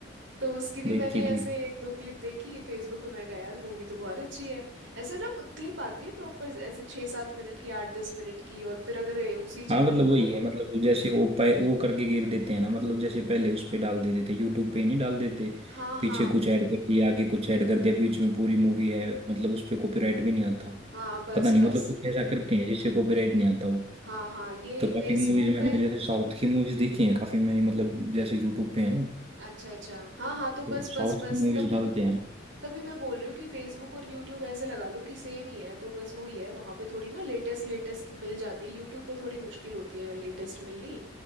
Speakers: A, on the right; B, on the right.
A: तो उसकी भी
B: देखी
A: मैंने
B: थी
A: ऐसे एक दो क्लिप देखी फेसबुक पे मैं कहा यार मूवी तो बहुत अच्छी है ऐसे ना क्लिप आती है प्रॉपर ऐसे छः सात मिनट की आठ दस मिनट की और फिर अगर ये उसी
B: हाँ
A: चैनल
B: मतलब
A: को
B: वही है मतलब जैसे वो पै, वो करके घेर देते हैं ना मतलब जैसे पहले उस पे डाल देते थे यूट्यूब पे ही नहीं डाल देते
A: हाँ हाँ
B: पीछे कुछ ऐड कर दिया आगे कुछ ऐड कर दिया बीच में पूरी मूवी है मतलब उस पे कॉपीराइट भी नहीं आता
A: हाँ बस
B: पता नहीं
A: बस
B: मतलब कुछ ऐसा करते हैं जिससे कॉपीराइट नहीं आता वो
A: हाँ हाँ ये
B: तो काफी
A: फेसबुक
B: मूवीज मैंने
A: पे
B: जैसे साउथ की मूवीज देखी हैं काफी मैंने मतलब जैसे यूट्यूब पे है ना
A: अच्छा अच्छा हाँ हाँ तो बस
B: तो
A: बस
B: साउथ
A: बस
B: की मूवीज
A: तब
B: डालते हैं
A: तभी मैं बोल रही हूँ कि फेसबुक और यूट्यूब ऐसे लगा लो कि सेम ही है तो बस वही है वहाँ पे थोड़ी ना लेटेस्ट लेटेस्ट मिल जाती है यूट्यूब पे थोड़ी मुश्किल होती है लेटेस्ट मिलनी